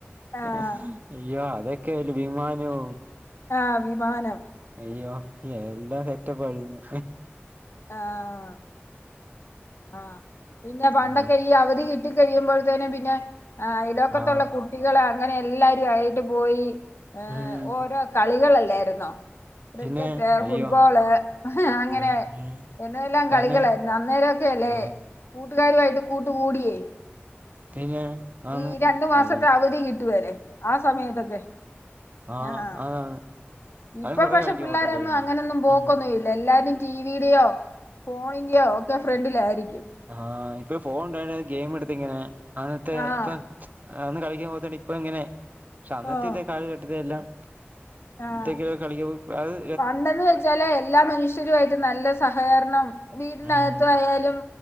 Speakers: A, on the left; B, on the right.
A: ആഹ്
B: ഏഹ് അയ്യോ അതൊക്കെ അല്ലേ വിമാനം
A: ആഹ് വിമാനം.
B: അയ്യോ എല്ലാം സെറ്റപ്പാഴിരുന്ന്
A: ആഹ് ആഹ് പിന്നെ പണ്ടൊക്കെ
B: അയ്യോ
A: ഈ അവധി കി ട്ടി കഴിയുമ്പോഴ്ത്തേനും പിന്നെ ഈ അയലക്കത്തുള്ള
B: ആഹ്
A: കു കുട്ടികള് അങ്ങനെ എല്ലാരും ആയിട്ട് പോയി ഏഹ്
B: ഉം
A: ഓരോ കളികളല്ലായിരുന്നോ ക്രിക്കറ്റ്,
B: പിന്നെ അയ്യോ
A: ഫുട്ബോള് അങ്ങനെ
B: ഉം ഉം
A: ഇന്തേല്ലാം
B: തന്നെ
A: കളികളായിരുന്നു അന്നേരൊക്കെല്ലെ
B: ആ
A: കൂട്ടുകാരുവായിട്ട് കൂട്ട് കൂടിയേ
B: പിന്നെ ആന്ന്
A: ഈ രണ്ടു മാസൊക്കെ
B: ആയി
A: അവധി കിട്ടു വല്ലെ ആ സമയത്തൊക്കെ
B: ആ
A: ആഹ്
B: ആന്ന്
A: ഇപ്പ
B: അവൻ കൊറെ
A: പക്ഷെ
B: കളിക്കാൻ
A: പിള്ളാരൊന്നും
B: പോയിട്ടുണ്ടായിരുന്നു
A: അങ്ങനൊന്നും പോക്കൊന്നും
B: ഉം
A: ല്ല എല്ലാരും ടിവിടെയോ ഫോണിന്റെയോ ഒക്കെ ഫ്രണ്ടിലായിരിക്കും.
B: ആഹ് ഇപ്പഫോൺ ഇണ്ടായോണ്ട് ഗെയിം എടുത്തിങ്ങനെ അന്നത്തെ
A: ആഹ്
B: ഇപ്പ അന്ന് കളിക്കാൻ പോവാത്തതിന് ഇപ്പങ്ങനെ പക്ഷെ അന്നത്തെ
A: ഓഹ്
B: ഈ കാലഘട്ടത്തിലെല്ലാം
A: ആഹ്
B: എന്തെങ്കിലൊക്കെ കളിക്കൂ പ്പ അഅ്.
A: പണ്ടെന്ന് വെച്ചാല് എല്ലാ മനുഷ്യരുയിട്ട് നല്ല സഹകരണം. വീടിനകത്തു
B: ഉം
A: ആയാലും.